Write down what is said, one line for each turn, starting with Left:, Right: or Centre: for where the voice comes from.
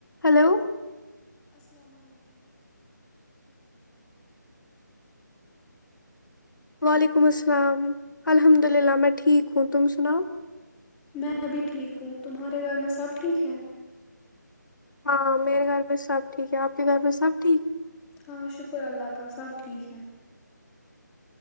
Left: Hello
Centre: السلام علیکم
Left: وعلیکم السلام الحمد للہ میں ٹھیک ہوں تم سناؤ
Centre: میں بھی ٹھیک ہوں تمہارے گھر میں سب ٹھیک ہیں
Left: ہاں میرے گھر میں سب ٹھیک ہے آپ کے گھر میں سب ٹھیک
Centre: ہاں شکر اللہ کا سب ٹھیک ہیں